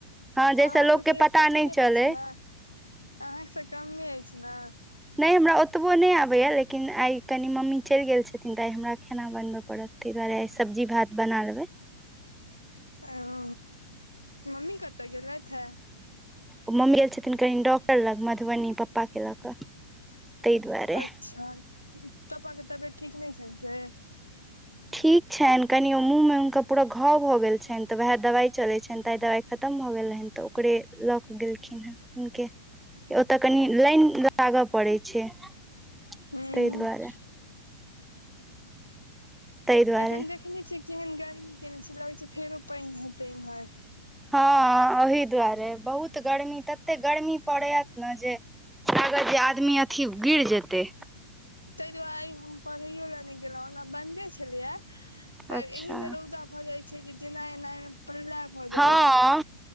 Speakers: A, in the centre; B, on the left.
A: हँ जहिस
B: अहाँ
A: लोकके
B: से तैयो
A: पता
B: कमे
A: नहि चलै
B: अछि ने अहाँ सँ कमे अछि न
A: नहि हमरा ओतबो नहि आबैए लेकिन आइ कनी मम्मी चलि गेल छथिन तऽ आइ हमरा खाना बनबय पड़त ताहि दुआरे सब्जी भात बना लेबै
B: ओ मम्मी कतऽ गेलेथ हे
A: ओ मम्मी गेल छथिन कनि डॉक्टर लग मधुबनी पप्पा के लऽ कऽ ताहि दुआरे
B: अच्छा पपा के तबियत ठीक नहि छनि से
A: ठीक छनि कनि ओ मुँह में हुनका पूरा घाव भऽ गेल छनि तऽ वएह दवाइ चलैत छनि ताइ दवाइ खतम भऽ गेल रहेन तऽ ओकरे ल क गेलखिन है हुनके ओतअ कनी लाइन लागऽ पड़ै छै ताहि
B: हूँ
A: दुआरे ताहि दुआरे
B: एखन देख कने छै केहन गर्मी केने छै लगै छै फेरो पानि हेतै इम्हर
A: हँ ओहिी दुआरे बहुत गर्मी तते गर्मी पड़ेया ना जे अगल जे आदमी अथी गिर जेतै
B: ताहि दुआरे हम पढ़ैओ लेलए नहि गेलहुँ ओना बने छलैया पर
A: अच्छा
B: एहन रौदा भऽ जाय छै जे जेनाय एनाय मे प्रलय भऽ
A: हँ
B: जाया